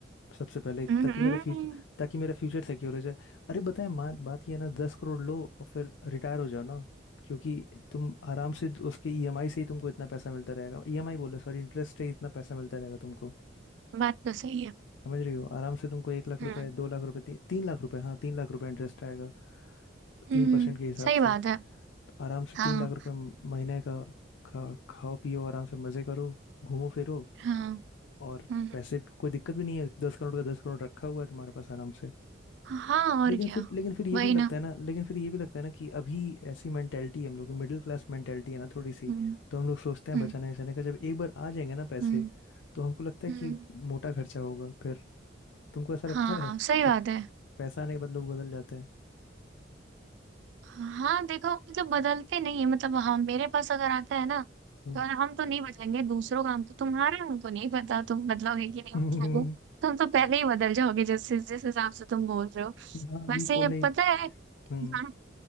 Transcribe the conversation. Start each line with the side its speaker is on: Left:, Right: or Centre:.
Left: सबसे पहले
Right: हम्म
Left: ताकि मेरा फ्यूचर ताकि मेरा फ्यूचर सिक्योर हो जाए अरे बताए मान बात ये है ना दस करोड़ लो और फिर रिटायर हो जाओ ना क्योंकि तुम आराम से उसके ईएमआई से ही तुमको इतना पैसा मिलता रहेगा ईएमआई बोले सॉरी इंटरेस्ट से ही इतना पैसा मिलता रहेगा तुमको
Right: बात तो सही है
Left: समझ रही हो आराम से तुमको एक लाख
Right: हम्म
Left: रुपए दो लाख रुपए ती, तीन लाख रुपए हाँ तीन लाख रुपए इंटरेस्ट आएगा तीन
Right: हम्म
Left: परसेंट के हिसाब
Right: सही बात
Left: से तो
Right: है
Left: आराम से
Right: हाँ
Left: तीन लाख रुपए महीने का खा खाओ पियो आराम से मजे करो घूमो फिरो
Right: हाँ
Left: और
Right: हम्म
Left: पैसे कोई दिक्कत भी नहीं है दस करोड़ का दस करोड़ रखा हुआ है तुम्हारे पास आराम से
Right: हाँ और
Left: लेकिन
Right: क्या
Left: फिर लेकिन फिर ये
Right: वही
Left: भी लगता
Right: ना
Left: है ना लेकिन फिर ये भी लगता है ना कि अभी ऐसी मेंटेलिटी हम लोग की मिडिल क्लास मेंटेलिटी है ना थोड़ी सी
Right: हम्म
Left: तो हम लोग सोचते हैं
Right: हम्म
Left: बचाने बचाने का जब एक बार आ जाएंगे ना पैसे
Right: हम्म
Left: तो हमको लगता है
Right: हम्म
Left: कि मोटा खर्चा होगा फिर तुमको ऐसा लगता
Right: हाँ
Left: है
Right: सही
Left: कि
Right: बात है
Left: पैसा आने के बाद लोग बदल जाते हैं
Right: हाँ देखो मतलब बदलते नहीं है मतलब हम मेरे पास अगर आता है ना
Left: हम्म
Right: तो हम तो नहीं बदलेंगे दूसरों का हमको तुम्हारा हमको नहीं पता तुम बदलोगे कि नहीं
Left: <laughs>
Right: बदलोगे तुम तो पहले ही बदल जाओगे जैसे जिस हिसाब से तुम बोल रहे हो
Left: हाँ अभी
Right: वैसे
Left: कौन
Right: ये
Left: नहीं
Right: पता है
Left: हम्म
Right: हाँ